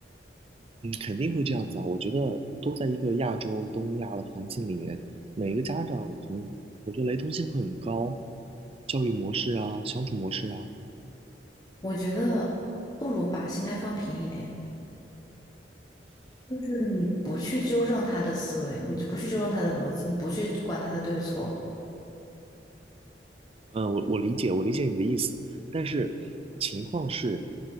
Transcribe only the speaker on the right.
嗯，肯定会这样子啊！我觉得都在一个亚洲、东亚的环境里面，每个家长可能，我觉得雷同性会很高，教育模式啊、相处模式啊，
嗯，我我理解，我理解你的意思，但是情况是，